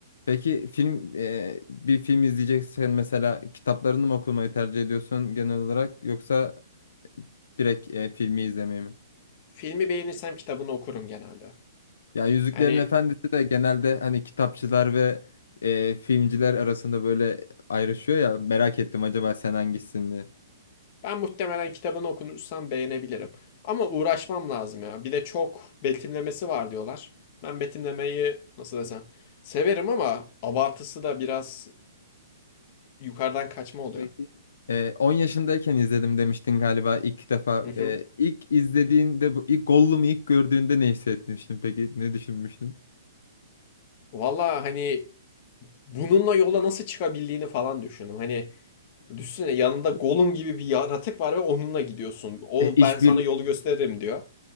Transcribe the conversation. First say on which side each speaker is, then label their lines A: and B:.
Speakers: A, on the left; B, on the left.
A: Peki film e, bir film izleyeceksen mesela kitaplarını mı okumayı tercih ediyorsun genel olarak yoksa direkt e, filmi izlemeyi mi?
B: Filmi beğenirsem kitabını okurum genelde.
A: Ya Yüzüklerin
B: Hani
A: Efendisi de genelde hani kitapçılar ve e, filmciler arasında böyle ayrışıyor ya merak ettim acaba sen hangisin diye.
B: Ben muhtemelen kitabını okunursam beğenebilirim. Ama uğraşmam lazım ya. Bir de çok betimlemesi var diyorlar. Ben betimlemeyi nasıl desem severim ama abartısı da biraz yukarıdan kaçma oluyor.
A: Peki. Ee, 10 yaşındayken izledim demiştin galiba ilk defa.
B: Hı hı.
A: Ee, ilk izlediğinde bu ilk Gollum'u ilk gördüğünde ne hissetmiştin peki? Ne düşünmüştün?
B: Valla hani bununla yola nasıl çıkabildiğini falan düşündüm. Hani düşünsene yanında Gollum gibi bir yaratık var ve onunla gidiyorsun. O
A: Ee, iş
B: ben sana
A: bir
B: yolu gösteririm diyor.